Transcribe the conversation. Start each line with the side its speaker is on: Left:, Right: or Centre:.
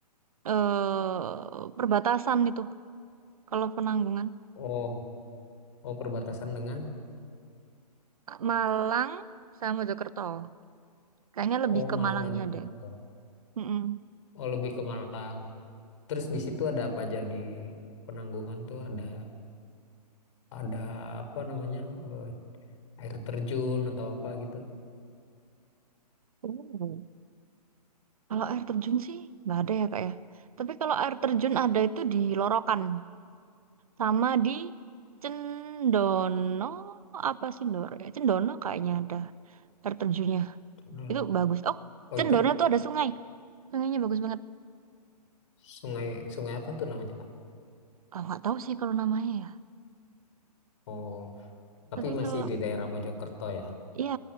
Right: eh perbatasan itu. Kalau Penanggungan,
Left: Oh, oh perbatasan dengan
Right: Malang sama Mojokerto. Kayaknya lebih
Left: Oh
Right: ke
Left: Malang
Right: Malangnya
Left: dan Mojokerto.
Right: deh. Mm-mm.
Left: Oh lebih ke Malang. Terus di situ ada apa aja di Penanggungan tuh ada ada apa namanya eh, air terjun atau apa gitu?
Right: Oh. Kalau air terjun sih nggak ada ya kak ya. Tapi kalau air terjun ada itu di Lorokan sama di Cendono apa sih Ndoro ya? Cendono kayaknya ada air terjunnya.
Left: Hmm.
Right: Itu bagus. Oh,
Left: Oh
Right: Cendono
Left: itu
Right: tuh ada sungai. Sungainya bagus banget.
Left: sungai sungai apa tuh namanya Kak?
Right: Oh, nggak tahu sih kalau namanya ya.
Left: Oh. Tapi
Right: Tapi
Left: masih
Right: kalau
Left: di daerah Mojokerto ya?
Right: iya,